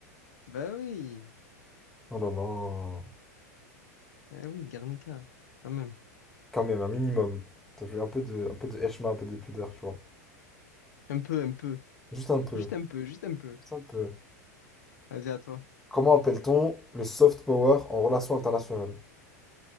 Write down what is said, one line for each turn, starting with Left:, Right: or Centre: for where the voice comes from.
Left: Bah oui.
Centre: Oh là là.
Left: Eh oui, Guernica. Quand même.
Centre: Quand même, un minimum. T'as vu un peu de, un peu de Eshma, un peu de pudeur, tu vois.
Left: Un peu, un peu.
Centre: Juste un peu.
Left: Juste un peu, juste un peu.
Centre: Juste un peu.
Left: Vas-y, à toi.
Centre: Comment appelle-t-on le soft power en relation internationale?